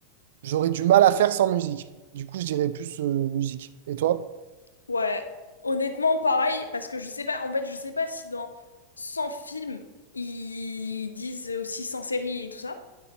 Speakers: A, on the right; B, on the left.
A: j'aurais du mal à faire sans musique. Du coup, je dirais plus, euh, musique. Et toi?
B: Ouais, honnêtement, pareil, parce que je sais pas, en fait, je sais pas si dans 100 films, ils disent aussi 100 séries et tout ça.